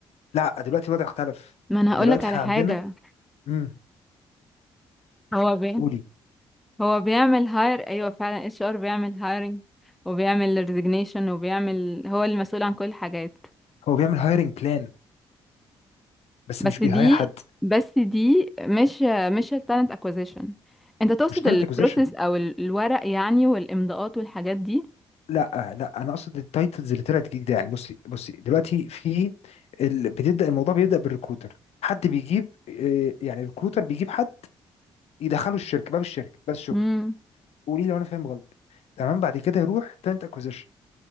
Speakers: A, on the left; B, in the centre.
A: لا دلوقتي الوضع اختلف
B: ما انا هقولك
A: دلوقتي
B: على
A: احنا
B: حاجة
A: عندنا امم
B: هو بي
A: قولي
B: هو بيعمل هاير ايوه فعلا اتش ار بيعمل هايرنج وبيعمل ريزيجنيشن وبيعمل هو المسؤول عن كل الحاجات
A: هو بيعمل هايرنج بلان بس
B: بس
A: مش بيهاير
B: دي
A: حد
B: بس دي مش مش التالنت اكوزيشن انت تقصد
A: مش تالنت
B: البروسيس
A: اكوزيشن
B: او ال- الورق يعني والامضاءات والحاجات دي
A: لا لا انا اقصد التايتلز اللي طلعت جديده يعني بصي بصي دلوقتي في ال... بتبدا الموضوع بيبدا بالريكروتر حد بيجيب آه، يعني الريكروتر بيجيب حد يدخله الشركه باب الشركه بس شكرا
B: امم
A: قولي لي لو انا فاهم غلط تمام بعد كده يروح تالنت اكوزيشن